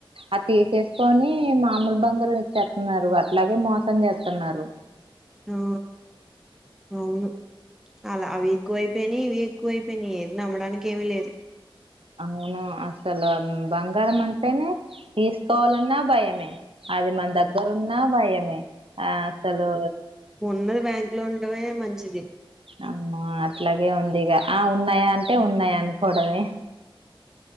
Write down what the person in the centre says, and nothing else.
ఆ అవును అలా అవి ఎక్కువ అయిపోయిన్ని ఇవి ఎక్కువ అయిపోయిన్ని ఏది నమ్మడానికి ఏమీ లేదు
ఉన్నది బ్యాంక్ లో ఉండమే మంచిది